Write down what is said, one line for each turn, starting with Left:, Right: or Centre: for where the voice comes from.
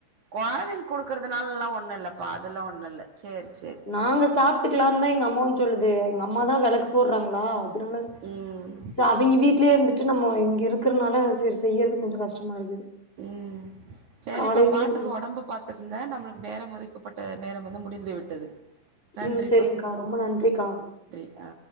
Right: கொழந்தைங்க் குடுக்குறதுனாலலா ஒண்ணு இல்லப்பா அதெல்லா ஒண்ணோல்ல சேரி சேரி
Left: நாங்க சாப்ட்டுக்லான்தா எங்க அம்மாவு சொல்லுது எங்க அம்மாதா வெளக்கு போட்றாங்ளா அதுனால
Right: ம்
Left: சோ அவிங்க வீட்லயே இருந்துட்டு நம்ம இங்க இருக்றனால செரி செய்யறதுக் கொஞ்சோ கஷ்டமா இருக்குது
Right: ம் சேரிப்பா
Left: காலையிலயு
Right: பாத்துக்க ஒடம்பப் பாத்துக்குங்க நம்ளுக்கு நேரம் ஒதுக்கப்பட்ட நேரம் வந்து முடிந்து விட் டது நன்றி
Left: ம் செரிங்க்கா ரொம்ப நன்றிக்கா
Right: பா